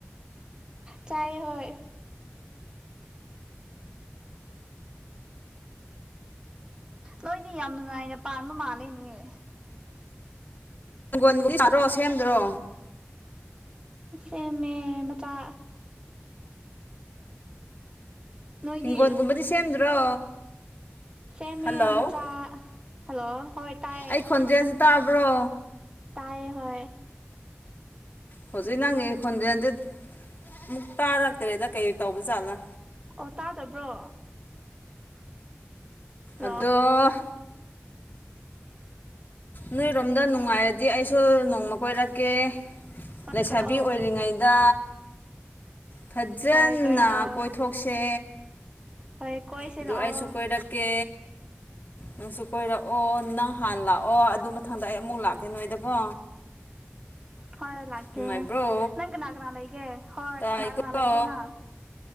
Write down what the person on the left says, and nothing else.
ꯍꯪꯒꯣꯟꯒꯨꯝꯕ ꯁꯥꯥꯔꯣ ꯁꯦꯝꯗ꯭ꯔꯣ
ꯍꯤꯡꯒꯣꯜꯒꯨꯝꯕꯗꯤ ꯁꯦꯝꯗ꯭ꯔꯣ
ꯍꯜꯂꯣ
ꯑꯩ ꯈꯣꯟꯖꯦꯜꯁꯤ ꯇꯥꯕ꯭ꯔꯣ
ꯍꯧꯖꯤꯛ ꯅꯪꯒꯤ ꯈꯣꯟꯖꯦꯜꯁ ꯑꯃꯨꯛ ꯇꯥꯔꯛꯇ꯭ꯔꯦꯗ ꯀꯩ ꯇꯧꯕꯖꯥꯠꯂꯥ
ꯑꯗꯣ ꯅꯣꯏꯔꯣꯝꯗ ꯅꯨꯡꯉꯥꯏꯔꯗꯤ ꯑꯩꯁꯨ ꯅꯣꯡꯃ ꯀꯣꯏꯔꯛꯀꯦ
ꯂꯩꯁꯥꯕꯤ
ꯑꯣꯏꯔꯤꯉꯩꯗ ꯐꯖꯅ
ꯀꯣꯏꯊꯣꯛꯁꯦ
ꯑꯗꯨꯒꯣꯥꯏꯁꯨꯨꯀꯣꯏ
ꯗꯀꯦ ꯅꯪꯁꯨ ꯀꯣꯏꯔꯛꯑꯣ ꯅꯪ ꯍꯥꯟꯅ ꯂꯥꯛꯑꯣ ꯑꯗꯨ ꯃꯊꯪꯗ ꯑꯩ ꯑꯃꯨꯛ ꯂꯥꯛꯀꯦ ꯅꯣꯏꯗꯀꯣ
ꯅꯨꯡꯉꯥꯏꯕ꯭ꯔꯣ
ꯇꯥꯏꯀꯣ